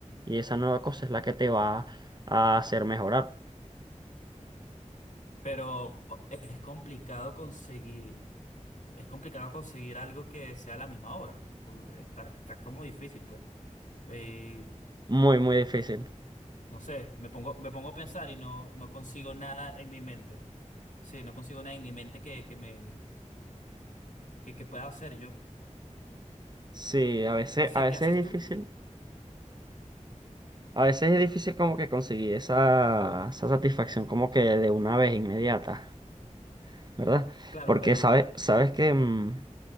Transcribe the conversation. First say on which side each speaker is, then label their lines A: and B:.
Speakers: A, on the right; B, on the left.
A: Y esa nueva cosa es la que te va a hacer mejorar.
B: Pero es complicado conseguir, es complicado conseguir algo que sea a la misma hora. pues, Está, está como difícil, pues. Eh,
A: Muy, muy difícil.
B: No sé, me pongo, me pongo a pensar y no, no consigo nada en mi mente. Sí, no consigo nada en mi mente que, que me, que, que pueda hacer yo.
A: Sí, a veces,
B: No sé
A: a veces
B: qué haces
A: es
B: tú,
A: difícil. A veces es difícil como que conseguir esa, esa satisfacción como que de una vez inmediata, ¿verdad?
B: claro,
A: Porque
B: pero
A: sabes, sabes que... mm,